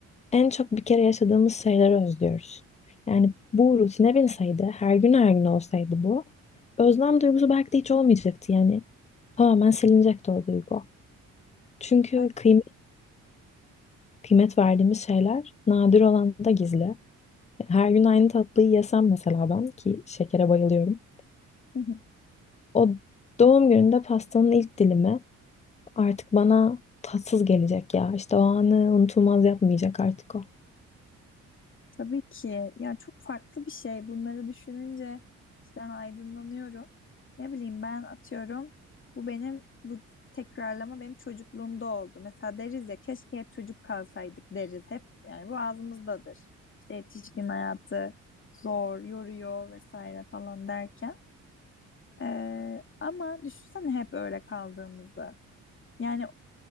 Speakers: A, on the left; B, on the left.
A: En çok bir kere yaşadığımız şeyleri özlüyoruz. Yani bu rutine binseydi, her gün her gün olsaydı bu, özlem duygusu belki de hiç olmayacaktı. Yani tamamen silinecekti o duygu. Çünkü
B: Ay-
A: kıymet, kıymet verdiğimiz şeyler nadir olan da gizli. Her gün aynı tatlıyı yesem mesela ben ki şekere bayılıyorum.
B: <laughs>
A: O doğum gününde pastanın ilk dilimi Artık bana tatsız gelecek ya. İşte o anı unutulmaz yapmayacak artık o.
B: Tabii ki. Yani çok farklı bir şey. Bunları düşününce cidden aydınlanıyorum. Ne bileyim ben atıyorum. Bu benim bu tekrarlama benim çocukluğumda oldu. Mesela deriz ya keşke hep çocuk kalsaydık deriz. Hep yani bu ağzımızdadır. İşte yetişkin hayatı zor, yoruyor vesaire falan derken. Ee, ama düşünsene hep öyle kaldığımızı. Yani